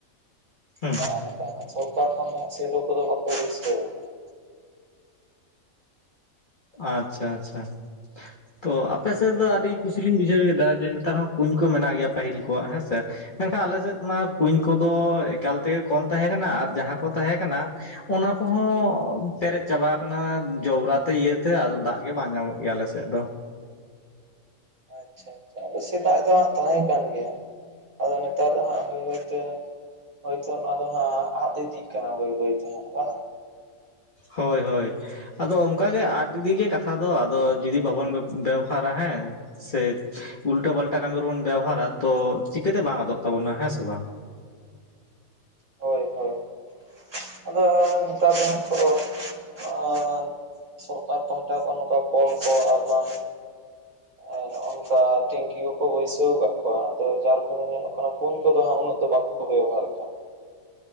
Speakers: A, on the left; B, on the right.
A: ᱦᱩᱸ
B: ᱱᱚ ᱚ ᱱᱚᱝᱠᱟᱱ ᱦᱟᱸᱜ ᱥᱚᱨᱠᱟᱨ ᱠᱷᱚᱱ ᱥᱮᱞᱚ ᱠᱚ ᱫᱚ ᱵᱟᱠᱠᱚ ᱵᱟᱹᱭᱥᱟᱹᱣ ᱟᱠᱟᱫᱟ᱾
A: ᱟᱪᱪᱷᱟ ᱟᱪᱪᱷᱟ᱾ ᱛᱚ ᱟᱯᱮ ᱥᱮᱫ ᱫᱚ ᱟᱹᱰᱤ ᱠᱩᱥᱤ ᱞᱤᱧ ᱵᱩᱡᱷᱟᱹᱣ ᱮᱫᱟ ᱡᱮ ᱱᱮᱛᱟᱨ ᱦᱚᱸ ᱠᱩᱧ ᱠᱚ ᱢᱮᱱᱟᱜ ᱜᱮᱭᱟ ᱯᱟᱹᱦᱤᱞ ᱠᱚᱣᱟᱜ ᱦᱮᱸᱥᱮ ᱢᱮᱱᱠᱷᱟᱱ ᱟᱞᱮ ᱥᱮᱫ ᱢᱟ ᱠᱩᱧ ᱠᱚᱫᱚ ᱮᱠᱟᱞ ᱛᱮᱜᱮ ᱠᱚᱢ ᱛᱟᱦᱮᱸ ᱠᱟᱱᱟ ᱟᱨ ᱡᱟᱦᱟᱸ ᱠᱚ ᱠᱚ ᱛᱟᱦᱮᱸ ᱠᱟᱱᱟ ᱚᱱᱟ ᱠᱚᱦᱚᱸ ᱯᱮᱨᱮᱡ ᱪᱟᱵᱟ ᱟᱠᱟᱱᱟ ᱡᱚᱵᱽᱨᱟ ᱛᱮ ᱤᱭᱟᱹ ᱛᱮ ᱟᱫᱚ ᱫᱟᱜ ᱜᱮ ᱵᱟᱝ ᱧᱟᱢᱚᱜ ᱜᱮᱭᱟ ᱟᱞᱮᱥᱮᱫ ᱫᱚ᱾
B: ᱟᱪᱪᱷᱟ ᱟᱪᱪᱷᱟ ᱟᱫᱚ ᱥᱮᱫᱟᱭ ᱫᱚ ᱦᱟᱸᱜ ᱛᱟᱦᱮᱸ ᱠᱟᱱ ᱜᱮᱭᱟ ᱟᱫᱚ ᱱᱮᱛᱟᱨ ᱫᱚ ᱦᱟᱸᱜ ᱦᱚᱭ ᱦᱚᱭ ᱛᱮᱼᱼ ᱦᱳᱭᱛᱳ ᱱᱚᱣᱟ ᱫᱚ ᱦᱟᱸᱜ ᱟᱫ ᱤᱫᱤᱜ ᱠᱟᱱᱟ ᱵᱟᱹᱭ ᱵᱟᱹᱭ ᱛᱮ ᱦᱟᱸᱜ ᱵᱟᱝ
A: ᱦᱳᱭ ᱦᱳᱭ᱾ ᱟᱫᱚ ᱚᱝᱠᱟ ᱜᱮ ᱟᱫ ᱤᱫᱤ ᱜᱮ ᱠᱟᱛᱷᱟ ᱫᱚ ᱟᱫᱚ ᱡᱩᱫᱤ ᱵᱟᱵᱚᱱ ᱵᱮᱣᱦᱟᱨᱟ ᱦᱮᱸ ᱥᱮ ᱩᱞᱴᱟᱹ ᱯᱟᱞᱴᱟ ᱠᱟᱹᱢᱤ ᱨᱮᱵᱚᱱ ᱵᱮᱣᱦᱟᱨᱟ ᱛᱚ ᱪᱤᱠᱟᱹᱛᱮ ᱵᱟᱝ ᱟᱫᱚᱜ ᱛᱟᱵᱚᱱᱟ ᱦᱮᱸ ᱥᱮ ᱵᱟᱝ
B: ᱦᱳᱭ ᱦᱳᱭ ᱦᱳᱭ ᱟᱫᱚ ᱱᱮᱛᱟᱨ ᱫᱚ ᱦᱟᱸᱜ ᱠᱚ ᱟᱨ ᱥᱚᱨᱠᱟᱨ ᱯᱟᱦᱴᱟ ᱠᱷᱚᱱ ᱱᱚᱝᱠᱟ ᱠᱚᱞ ᱠᱚ ᱟᱨ ᱵᱟᱝ ᱮᱸ ᱱᱚᱝᱠᱟ ᱴᱤᱝᱠᱤ ᱠᱚᱠᱚ ᱵᱟᱹᱭᱥᱟᱹᱣ ᱟᱠᱟᱫ ᱠᱚᱣᱟ ᱟᱫᱚ ᱡᱟᱨ ᱯᱷᱚᱞᱮ ᱧᱮᱞᱚᱜ ᱠᱟᱱᱟ ᱠᱩᱧ ᱠᱚᱫᱚ ᱦᱟᱸᱜ ᱩᱱᱟᱹᱜ ᱫᱚ ᱵᱟᱠᱚ ᱵᱮᱵᱷᱟᱨ ᱮᱫᱼᱟ᱾